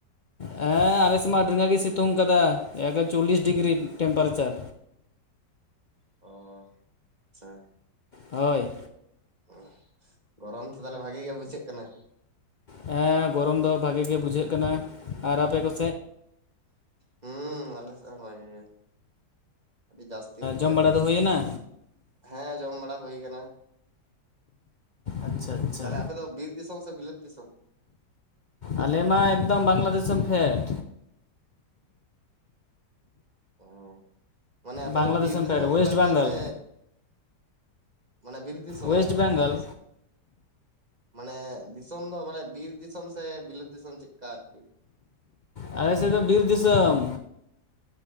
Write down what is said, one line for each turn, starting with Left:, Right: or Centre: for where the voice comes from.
Left: ᱦᱮᱸ ᱟᱞᱮᱥᱮᱫ ᱢᱟ ᱟᱰᱹᱤ ᱨᱟᱜᱤ ᱜᱮ ᱥᱤᱛᱩᱝ ᱠᱟᱫᱟ ᱮᱠᱫᱚᱢ ᱪᱚᱞᱞᱤᱥ ᱰᱤᱜᱽᱨᱤ ᱴᱮᱢᱯᱟᱨᱮᱪᱟᱨ
Right: ᱚ ᱟᱪᱪᱷᱟ
Left: ᱦᱳᱭ
Right: <unintelligible> ᱜᱚᱨᱚᱢ ᱛᱚ ᱛᱟᱞᱦᱮ ᱵᱷᱟᱜᱮ ᱜᱮ ᱵᱩᱡᱷᱟᱹᱜ ᱠᱟᱱᱟ
Left: ᱦᱮᱸ ᱜᱚᱨᱚᱢ ᱫᱚ ᱵᱷᱟᱜᱮ ᱜᱮ ᱵᱩᱡᱷᱟᱹᱜ ᱠᱟᱱᱟ ᱟᱨ ᱟᱯᱮ ᱠᱚ
Right: ᱦᱩᱸ ᱟᱞᱮ ᱥᱮᱫ ᱦᱚᱸ ᱵᱷᱟᱜᱮ ᱜᱮ ᱟᱹᱰᱤ ᱡᱟᱹᱥᱛᱤ ᱩᱫᱽᱜᱟᱹᱨ
Left: ᱡᱚᱢ ᱵᱟᱲᱟ ᱫᱚ ᱦᱩᱭᱮᱱᱟ
Right: ᱦᱮᱸ ᱡᱚᱢ ᱵᱟᱲᱟ ᱦᱩᱭ ᱠᱟᱱᱟ
Left: ᱟᱪᱪᱷᱟ ᱟᱪᱪᱷᱟ
Right: ᱛᱟᱞᱦᱮ ᱟᱯᱮ ᱫᱚ ᱵᱤᱨ ᱫᱤᱥᱚᱢ ᱥᱮ ᱵᱤᱞᱟᱹᱛ ᱫᱤᱥᱚᱢ
Left: ᱟᱞᱮ ᱢᱟ ᱮᱠᱫᱚᱢ ᱵᱟᱝᱞᱟ ᱫᱤᱥᱚᱢ ᱯᱷᱮᱰ
Right: ᱚ ᱢᱟᱱᱮ ᱟᱯᱮ
Left: ᱵᱟᱝᱞᱟ
Right: ᱫᱚ ᱵᱤᱨ ᱫᱤᱥᱚᱢ
Left: ᱯᱷᱮᱰ
Right: ᱯᱮ
Left: ᱳᱭᱮᱥᱴ
Right: ᱯᱟᱲᱟᱜ
Left: ᱵᱮᱝᱜᱚᱞ
Right: ᱜᱮᱭᱟ ᱥᱮ ᱢᱟᱱᱮ ᱵᱤᱨ ᱫᱤᱥᱚᱢ
Left: ᱳᱭᱮᱥᱴ
Right: ᱟᱨᱠᱤ
Left: ᱵᱮᱝᱜᱚᱞ
Right: ᱢᱟᱱᱮ ᱫᱤᱥᱚᱢ ᱫᱚ ᱢᱟᱱᱮ ᱵᱤᱨ ᱫᱤᱥᱚᱢ ᱥᱮ ᱵᱤᱞᱟᱹᱛ ᱫᱤᱥᱚᱢ ᱪᱮᱫ ᱞᱮᱠᱟ ᱟᱨᱠᱤ?
Left: ᱟᱞᱮ ᱥᱮᱫ ᱫᱚ ᱵᱤᱨ ᱫᱤᱥᱚᱢ